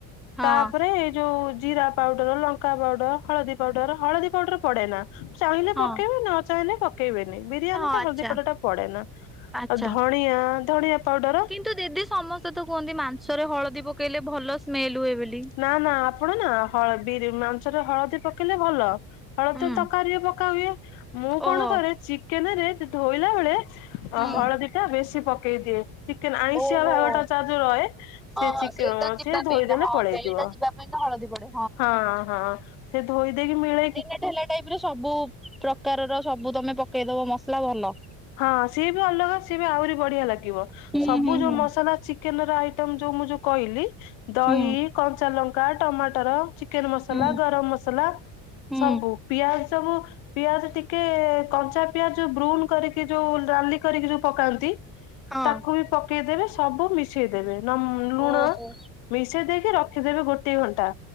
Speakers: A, in the centre; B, on the left (about 85°).
A: ହଁ
B: ତାପରେ ଏଇଯୋଉ ଜିରାପାଉଡର, ଲଙ୍କାପାଉଡର, ହଳଦୀ ପାଉଡର ହଳଦୀପାଉଡର ପଡେନା। ଚାହିଁଲେ
A: ହଁ
B: ପକେଇବୁ ନଚାହିଁଲେ ପକେଇବେନି ବିରିୟାନୀରେ
A: ହଁ ଆଚ୍ଛା
B: ହଳଦୀପାଉଡର ପଡେନା।
A: ଆଚ୍ଛା।
B: ଆଉ ଧଣିଆ ଧଣିଆ ପାଉଡର
A: କିନ୍ତୁ ଦିଦି ସମସ୍ତେତ କୁହନ୍ତି ମାଂସରେ ହଳଦୀ ପକେଇଲେ ଭଲ ସ୍ମେଲ ହୁଏବୋଲି।
B: ନା ନା ଆପଣନା ହଳଦି ରେ ମାଂସରେ ହଳଦୀ ପକେଇଲେ ଭଲ ହଳଦୀ
A: ହୁଁ
B: ତରକାରୀ ରେ ପ କା ହୁଏ ମୁଁ କଣ
A: ଓହୋ
B: କରେ ଚିକେନେରେ ଧୋଇଲାବେଳେ
A: ହୁଁ
B: ଅ ହଳଦୀ ଟା ବେଶୀ ପକେଇ ଦିଏ। ଚିକେନ ଆଇଁଷିଆ
A: ଓହୋ
B: ଭାଗ
A: ହଁ
B: ଟା ତାର୍ ଯୋଉ ରହେ ସେ
A: ହଁ
B: ଚିକେ
A: ସେଇଟା
B: ଉଁ
A: ଯିବା
B: ସେ
A: ପାଇଁକା
B: ଧୋଇଦେଲେ
A: ହଁ ସେଇଟା
B: ହେଇଯିବ
A: ଯିବା ପାଇଁକା ହଳଦୀ ପଡେ
B: ହଁ ହଁ ସେ ଧୋଇ ଦେଇକି ମିଳେଇକି
A: ଢିଲା ଟାଇପ ର ସବୁ ପ୍ରକାରର ସବୁ ତମେ ପକେଇଦବ ମସଲା ଭଲ।
B: ହଁ ସିଏ ବି ଅଲଗା ସିଏ ବି ଆହୁରି ବଢିଆ ଲାଗିବ
A: ହୁଁ
B: ସବୁ
A: ହୁଁ
B: ଯୋଉ
A: ହୁଁ
B: ମସଲା ଚି କେନ ର ଆଇଟମ ଯୋଉ ମୁଁ ଯୋଉ କଇଲି ଦହି,
A: ହୁଁ
B: କଞ୍ଚାଲଙ୍କା, ଟମାଟର ଚି କେନ ମସଲା
A: ହୁଁ।
B: ଗରମ ମସଲା
A: ହୁଁ
B: ସବୁ। ପିଆଜ ସବୁ ପିଆଜ ଟିକେ କଞ୍ଚା ପିଆଜ ବ୍ରୁନ କରିକି ଯୋଉ ଡାଲି କରିକି ଯୋଉ ପକାନ୍ତି
A: ହଁ।
B: ତାକୁ ବି ପକେଇଦବେ ସବୁ ମିଶେଇଦେବେ। ନ ଲୁଣ
A: ଓହୋ।
B: ମିଶେଇ ଦେଇକି ରଖିଦେବେ ଗୋଟିଏ ଘଣ୍ଟା।